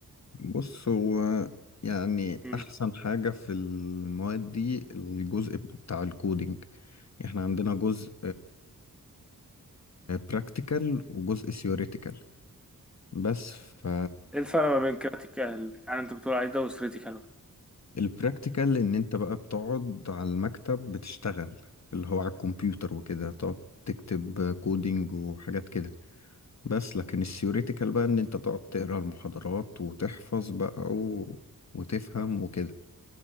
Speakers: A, on the left; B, in the centre.
A: بص هو يعني
B: مم.
A: أحسن حاجة في المواد دي الجزء بتاع الكودينج احنا عندنا جزء براكتيكال وجزء ثيوريتيكال بس ف
B: ايه الفرق ما بين كريتيكال يعني انت بتقول عليه ده وكريتيكال
A: البراكتيكال ان انت بقى بتقعد على المكتب بتشتغل اللي هو على الكمبيوتر وكده تقعد تكتب كودينج وحاجات كده بس لكن الثيوريتيكال بقى ان انت تقعد تقرا المحاضرات وتحفظ بقى و... وتفهم وكده